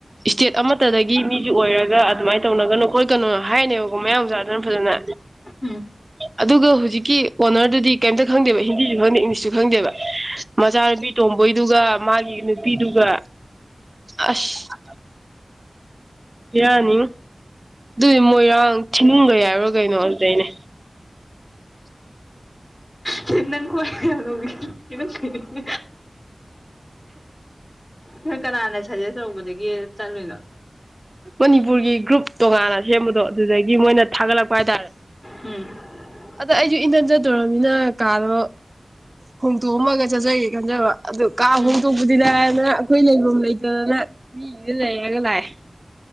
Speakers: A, on the right; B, on the left.
A: ꯏꯁꯇꯦꯠ ꯑꯃꯠꯇꯗꯒꯤ ꯃꯤ ꯑꯣꯏꯔꯒ ꯑꯗꯨꯃꯥꯏꯅ ꯇꯧꯅꯒꯅꯨ ꯈꯈꯣꯏ ꯀꯅꯣ ꯍꯥꯏꯅꯦꯕꯀꯣ ꯃꯌꯥꯝ ꯆꯥꯗꯅ ꯐꯖꯅ
B: ꯎꯝ
A: ꯑꯗꯨꯒ ꯍꯧꯖꯤꯛꯀꯤ ꯑꯣꯅꯔꯗꯨꯗꯤ ꯀꯩꯝꯇ ꯈꯪꯗꯦꯕ ꯍꯤꯟꯗꯤꯁꯨ ꯈꯪꯗꯦ ꯏꯪꯂꯤꯁꯁꯨ ꯈꯪꯗꯦꯕ ꯃꯆꯥꯅꯨꯄꯤ ꯇꯣꯝꯕꯣꯏꯗꯨꯒ ꯃꯥꯒꯤ ꯅꯨꯄꯤꯗꯨꯒ ꯑꯁ ꯌꯥ ꯌꯥꯅꯤ ꯑꯗꯨꯗꯤ ꯃꯣꯏꯔꯥꯡ ꯊꯤꯟꯅꯤꯡꯒ ꯌꯥꯎꯔꯣ ꯀꯩꯅꯣ ꯑꯗꯨꯗꯩꯅꯦ
B: ꯆ ꯅꯪ ꯀꯋꯥꯣ ꯀ ꯅꯣꯏ ꯀꯅꯥꯅ ꯁꯖꯦꯁ ꯇꯧꯕꯗꯒꯤ ꯆꯠꯂꯨꯏꯅꯣ
A: ꯃꯅꯤꯄꯨꯔꯒꯤ ꯒ꯭ꯔꯨꯞ ꯇꯣꯉꯥꯟꯅ ꯁꯦꯝꯕꯗꯣ ꯑꯗꯨꯗꯒꯤ ꯃꯣꯏꯅ ꯊꯥꯒꯠꯂꯛꯄ ꯍꯥꯏꯇꯥꯔꯦ
B: ꯎꯝ
A: ꯑꯗ ꯑꯩꯁꯨ ꯏꯟꯊꯟ ꯆꯠꯇꯣꯔꯅꯤꯅ ꯀꯥꯗꯣ ꯍꯣꯡꯗꯣꯛꯑꯝꯃꯒ ꯆꯠꯆꯒꯦ ꯈꯟꯖꯕ ꯑꯗꯨ ꯀꯥ
B: ꯎꯝ
A: ꯍꯣꯡꯗꯣꯛꯄꯗꯤꯗ ꯑꯩꯈꯣꯏ ꯂꯩꯐꯝ ꯂꯩꯇꯗꯅ ꯃꯤꯁꯤꯗ ꯂꯩꯔꯒ ꯂꯥꯛꯑꯦ